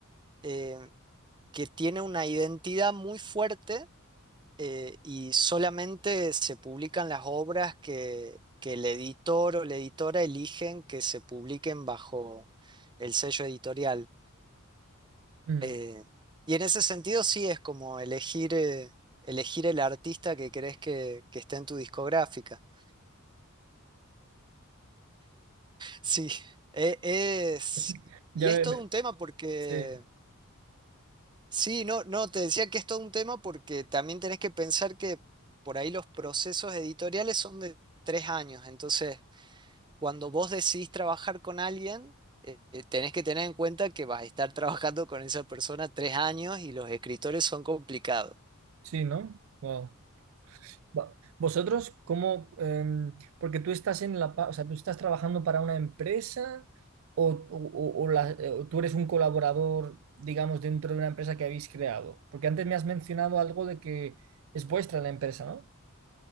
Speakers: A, on the right; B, on the right.
A: eh, que tiene una identidad muy fuerte eh, y solamente se publican las obras que, que el editor o la editora eligen que se publiquen bajo el sello editorial.
B: mm.
A: Eh, y en ese sentido sí es como elegir, eh, elegir el artista que crees que, que esté en tu discográfica. <laughs> Sí, e- es...
B: Es- Ya
A: Y es
B: ve-
A: todo
B: ve-
A: un tema porque...
B: sí,
A: Sí, no, no, te decía que es todo un tema porque también tenés que pensar que por ahí los procesos editoriales son de tres años, entonces cuando vos decidís trabajar con alguien, eh, eh, tenés que tener en cuenta que vas a estar <laughs> trabajando con esa persona tres años y los escritores son complicados.
B: sí, ¿no? Wow. Va- ¿Vosotros cómo? em, porque tú estás en la, pa- o sea, tú estás trabajando para una empresa o, o- o- o la- eh, o tú eres un colaborador, digamos, dentro de una empresa que habéis creado. Porque antes me has mencionado algo de que es vuestra la empresa, ¿no?